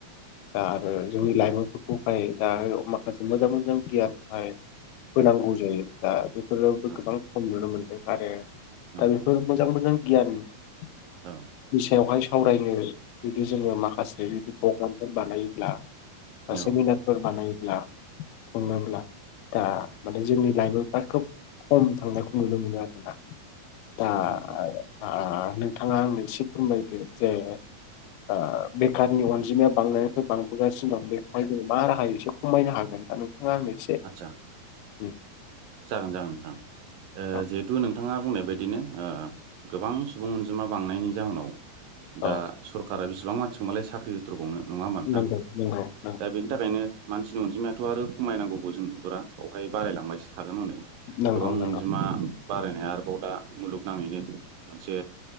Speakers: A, on the left; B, on the right.
A: दा आरो जोंनि लाइमोनफोरखौहाय दा माखासे मोजां मोजां गियानहाय होनांगौ जायो दा बेफोरावबो
B: औ
A: गोबां खम नुनो मोनदों आरो
B: नंगौ
A: दा बेफोर मोजां मोजां गियाननि
B: औ
A: सायावहाय स सावरायनो जुदि जोङो माखासे जुदि प्रग्रामफोर बानायोब्ला बा सेमिनारफोर
B: औ
A: बानायोब्ला खुङोब्ला दा माने जोंनि लाइमोनफ्रा खोब खम थांनायखौ नुनो मोनो आरोना। दा
B: नोंगौ नोंथां।
A: ओ नोंथाङा आंनो एसे फोरमायदो जे ओ बेखारनि अनजिमाया बांनायनिख्रुय बांबोगासिनो दं बेखाय जों मा राहायो एसे खमायनो हागोन दा नोंथाङा आंनो इसे
B: आदसा
A: उम
B: जागोन जागोन नोंथां ओ
A: औ
B: जिहेथु नोंथाङा बुंनाय बाय दिनो ओ गोबां सुबुं अनजिमा बांनायनि जाहोनाव
A: औ
B: दा सरखारा बि बिसिबां मानसिखौ मालाय साख्रि होथ्र'बावनो नङा मोनदां
A: नंगौ नंगौ नों
B: दा बेनि थाखायनो मानसिनि अनजिमायाथ' आरो खमायनांगौबो जों नुहुरा बेावहाय बारायलांबायसो थागोन हनै
A: नंगौ
B: गोबां
A: नंगौ
B: अनजिमा बारायनाया आरोबाव दा मुलुगनाङैनो मोनसे